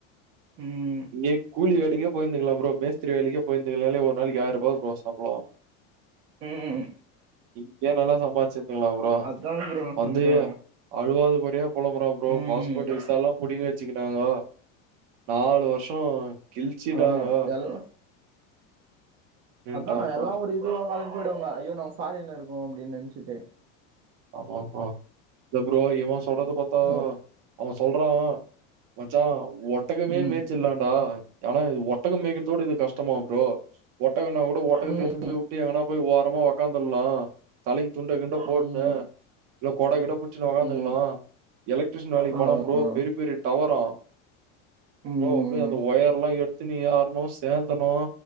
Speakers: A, on the right; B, on the right.
A: ம்
B: இங்கே கூலி வேலைக்கே போய் இந்துக்லாம் ப்ரோ மேஸ்திர வேலைக்கு போயிருந்துக்கால ஒரு நாளைக்கு ஆயிரூ எவ்ளோ ப்ரோ சம்பளோ
A: ம்
B: இங்கே நல்லா சம்பாச்சிருந்தங்களாம் ப் ரோ
A: அதா ப்ரோ நா
B: வந்து
A: சொல்றே
B: அழுவாதபடியா பொலம்புறா ப்ரோ
A: ம்
B: பாஸ்போர்ட் விசாலா புடிங்கி வ ச்சிகினாங்கோ நாலு வருஷோ கிழச்சிட்டாங்கோ
A: ஆ எல்
B: அப்டின்ட்டா
A: அதான
B: ப்ரோ
A: எல்லா ஒரு இதுவா கலம் போய்டுவாங்க ஐயோ நம்ம ஃபாரின்ல இருக்கோ அப்டின் நெனச்சிட்டு
B: ஆமா ப்ரோ இல்ல ப்ரோ இவ சொல்றத பாத்தா
A: அப்
B: அவன் சொல்றா மச்ச ஒட்டகமே
A: ம்
B: மேச்சிலாடா ஏனா இது ஒட்டகோ மேக்கிரதோடு இது கஷ்டமா ப்ரோ ஒட்டகனா கூட ஒட்டகத்த
A: ம்
B: எத்துன்னு போய் உட்டு எங்கன்னா போய் ஒரமா ஒக்காந்துட்லா தலைக்கு து போட்னு
A: ம்
B: இல்ல கொட கிட புச்சின்னு ஒக்காந்துக்கலா
A: ம் ம்
B: எலக்ட்ரிஷன் வேலைக்கு
A: ஆ
B: போனா ப்ரோ பெரி பெரிய டவரா
A: ம்
B: ப்ரோ அப்டியே அந்த ஒயர்ல எடுத்துனு ஏர்னு சேந்தனு